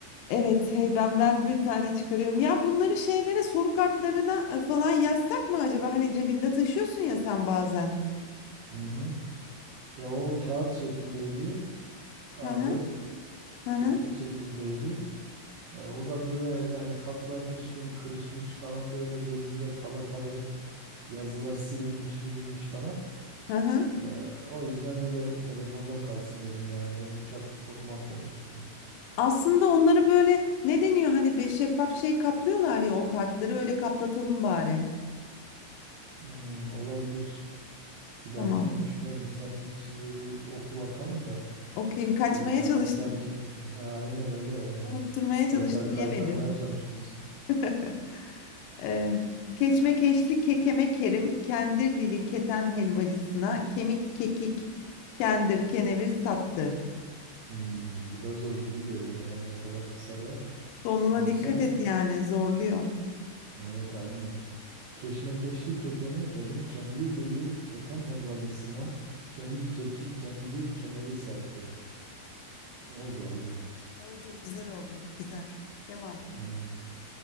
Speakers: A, on the left; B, on the right.
A: Evet, heybemden bir tane çıkarıyorum. Ya bunları şeylere soru kartlarına e, falan yazsak mı acaba? Hani cebinde taşıyorsun ya sen bazen.
B: Hı hı. Ya o kağıt şeklindeydi. A4
A: Hı hı. Hı
B: çıktı
A: hı.
B: şeklindeydi. E, o da böyle yani katlamıştım kırışmış falan böyle cebimde kala kala hep yazılar silinmiş milinmiş falan.
A: Hı hı.
B: Ee, o yüzden öyle telefonda kalsın dedim ya. Yani uçak çok mahvolmuştu. o.
A: Aslında onları böyle ne deniyor hani be şeffaf şey kaplıyorlar ya o kartları öyle kaplatalım bari.
B: Hmm, olabilir. Bir
A: Tamam.
B: dahakine düşünelim. Sen şimdi bir oku bakalım da
A: Okuyayım. Kaçmaya
B: şeyden ka-
A: çalıştım.
B: sanki ha, aynen öyle yani
A: Unutturmaya
B: kaytar
A: çalıştım.
B: kaytarmaya
A: Yemedi.
B: çalışıyorsun.
A: <laughs> Ee, keşmekeşli kekeme kerim, kendirlili keten helvacısına kemik kekik kendir kenevir sattı.
B: Hmm, bu da zor gibi görünüyor her ne kadar kısa da
A: Sonuna
B: olsa.
A: dikkat et yani zorluyor.
B: Evet aynen. Keşmekeşli kekeme Kerim Kendirlili keten helvacısına kemik keki kendir kenevir sattı. Oldu
A: Evet
B: oldu.
A: oldu güzel oldu güzel. Devam.
B: Evet.